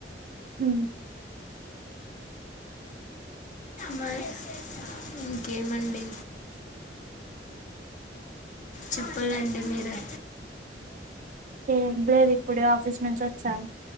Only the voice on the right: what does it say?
ఉ
ఏం లేదు ఇప్పుడే ఆఫీస్ నుంచి వచ్చాను